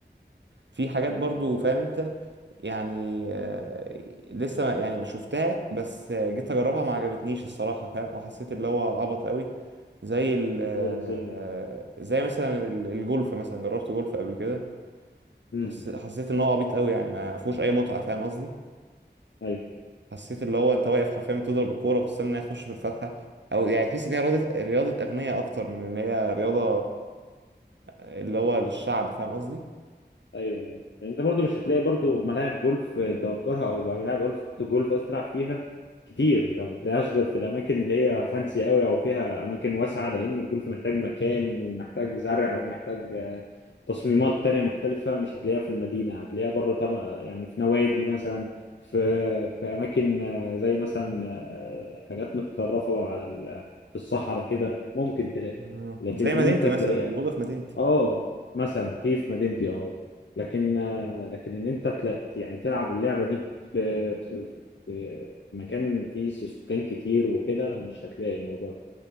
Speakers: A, on the right; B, on the left.
A: في حاجات برضو فاهم انت يعني آه، لسه ما- يعني ما شفتها بس آه، جيت اجربها ما عجبتنيش الصراحه فاهم او حسيت اللي هو عبط قوي زي ال آه،
B: قول لي زي انت
A: زي مثلا ال- الجولف مثلا جربت جولف قبل كده
B: امم
A: حس حسيت ان هو عبيط قوي يعني ما فيهوش اي متعه فاهم قصدي
B: ايوه
A: حسيت اللي هو انت واقف حرفيا بتضرب الكوره وبتستنى انها تخش في الفتحه او يعني تحس ان هي رياضه رياضه اغنياء اكتر من ان هي رياضه اللي هو للشعب فاهم قصدي
B: ايوه ايوه يعني انت برضو مش هتلاقي برضو ملاعب جولف تأجرها او ملاعب جولف جولف قصدي تلعب فيها كتير انت ما بتلاقيهاش غير في الاماكن اللي هي فانسي قوي او فيها اماكن واسعه لان الجولف محتاج مكان ومحتاج زرع ومحتاج آه، تصميمات تانية مختلفة مش هتلاقيها في المدينة هتلاقيها بره طم... يعني في نوادي مثلا في في أماكن آه، زي مثلا آه، حاجات متطرفة على ال... في الصحراء كده ممكن تلاقي
A: مم.
B: لكن
A: زي
B: إن
A: مدينتي
B: أنت تلاقي
A: مثلا يعني موجوده في مدينتي
B: اه مثلا في في مدينتي اه لكن آه، لكن ان انت تلا يعني تلعب اللعبه دي في في في مكان فيه سكان كتير وكده مش هتلاقي الموضوع ده